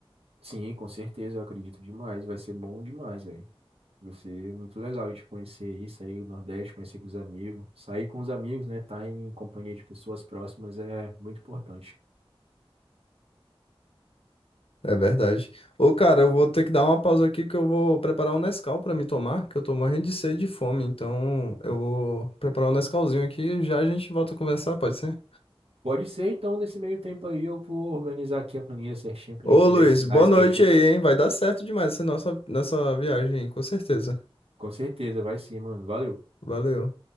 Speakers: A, on the right; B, on the left.
A: Sim, com certeza, eu acredito demais. Vai ser bom demais, velho. Você, muito legal a gente conhecer isso aí, o Nordeste, conhecer com os amigos. Sair com os amigos, né? Estar em companhia de pessoas próximas é muito importante.
B: É verdade. Ô, cara, eu vou ter que dar uma pausa aqui que eu vou preparar um Nescau pra me tomar, que eu tô morrendo de sede e fome. Então, eu vou preparar um Nescauzinho aqui e já a gente volta a conversar, pode ser?
A: Pode ser, então, nesse meio tempo aí, eu vou organizar aqui a planilha certinha pra
B: Ô,
A: gente
B: Luiz,
A: ver as cidades
B: boa noite
A: que a gente.
B: aí, hein? Vai dar certo demais essa nossa, nossa viagem, aí, com certeza.
A: Com certeza, vai sim, mano. Valeu.
B: Valeu.